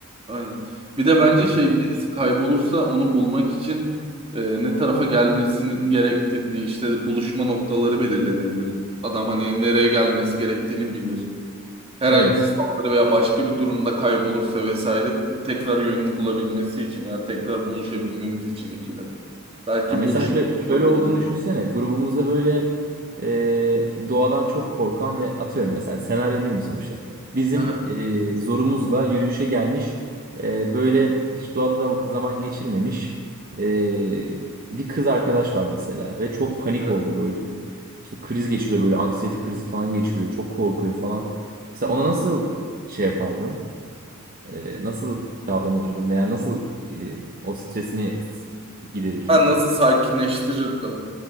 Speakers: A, on the right (about 25°); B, on the right (about 40°).
A: Aynen. Bir de bence
B: Aynen.
A: şey birisi kaybolursa onu bulmak için e, ne tarafa gelmesinin gerektirdiği işte buluşma noktaları belirlenebilir. Adam hani nereye gelmesi gerektiğini bilir. Herhangi
B: Evet.
A: bir saldırı veya başka bir durumda kaybolursa vesaire tekrar yönünü bulabilmesi için veya tekrar buluşabilmemiz için ekibe. Belki
B: Ya mesela
A: buluşma
B: Yani şöyle,
A: noktaları
B: şöyle olduğunu
A: belirlenir.
B: düşünsene. Grubumuzda böyle e, doğadan çok korkan ve atıyorum mesela senaryo değil mi sonuçta? Bizim
A: Hı hı.
B: e, zorumuzla yürüyüşe gelmiş e, böyle hiç doğada da zaman geçirmemiş e, bir kız arkadaş var mesela ve çok panik
A: Evet.
B: oldu böyle. Çok, işte kriz geçiriyor böyle anksiyete krizi falan geçiriyor. Çok korkuyor falan. Mesela
A: Hı hı.
B: ona nasıl şey yapardın? E, nasıl davranırdın veya nasıl e, o stresini giderirdin?
A: Ben nasıl sakinleştirirdim?